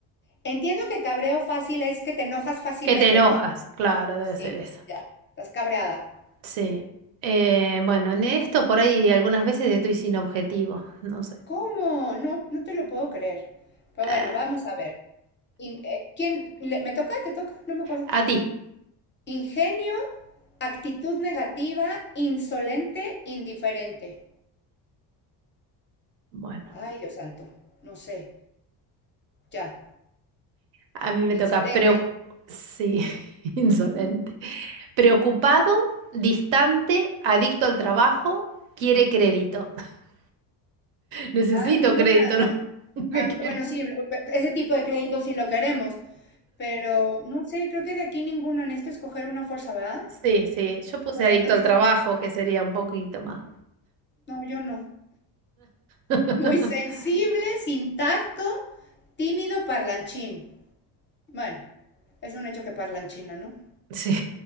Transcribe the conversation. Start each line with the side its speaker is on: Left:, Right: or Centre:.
Left: Entiendo que cabreo fácil es que te enojas fácilmente,
Right: que te enojas,
Left: ¿no?
Right: claro, debe
Left: Sí,
Right: ser eso.
Left: Ya, estás cabreada.
Right: Sí. Eh, bueno, en esto por ahí algunas veces estoy sin objetivo, no sé.
Left: ¿Cómo? No, no te lo puedo creer. Pero
Right: Eh,
Left: bueno, vamos a ver. In- eh, ¿quién le- me toca? ¿Te toca? No me acuerdo.
Right: a ti.
Left: Ingenio, actitud negativa, insolente, indiferente.
Right: Bueno.
Left: Ay, Dios santo, no sé. Ya,
Right: A mí me
Left: insolente.
Right: toca preocu- sí, <laughs> insolente. Preocupado, distante, adicto al trabajo, quiere crédito. <laughs> Necesito
Left: Ay, ninguna.
Right: crédito, ¿no? <laughs> Lo que
Left: ah,
Right: quiero.
Left: ah, bueno, sí, ese tipo de créditos sí lo queremos. Pero no sé, creo que de aquí ninguno. Necesito escoger una fuerza, ¿verdad?
Right: Sí, sí, yo puse
Left: Pues
Right: adicto
Left: entonces,
Right: al trabajo,
Left: yo-
Right: que sería un poquito más.
Left: no, yo no.
Right: <laughs>
Left: Muy sensible, <laughs> sin tacto, tímido, parlanchín. Bueno, es un hecho que parlanchina, ¿no?
Right: Sí.